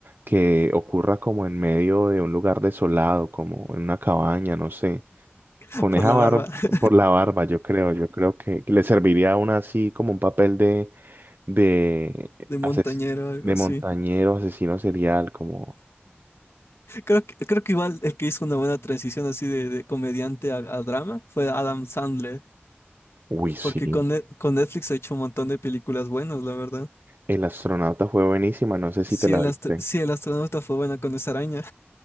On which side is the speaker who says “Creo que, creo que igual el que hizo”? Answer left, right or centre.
Left